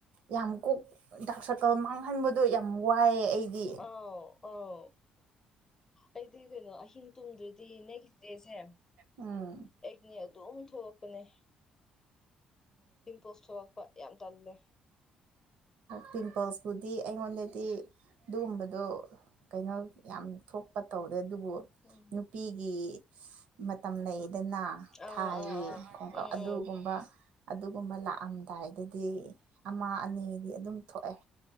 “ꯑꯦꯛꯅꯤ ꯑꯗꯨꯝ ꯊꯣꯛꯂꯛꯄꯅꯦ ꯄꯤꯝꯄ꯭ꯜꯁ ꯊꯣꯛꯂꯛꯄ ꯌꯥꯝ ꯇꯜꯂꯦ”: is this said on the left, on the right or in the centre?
Left